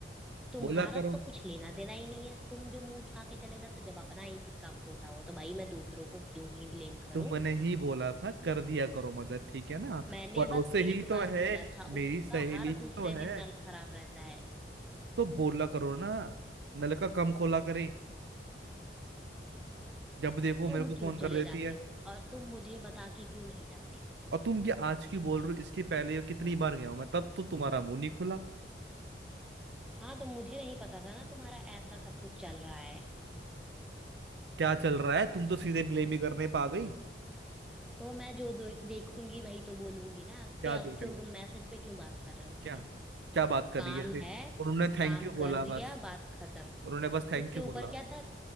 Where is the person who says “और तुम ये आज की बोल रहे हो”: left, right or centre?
Right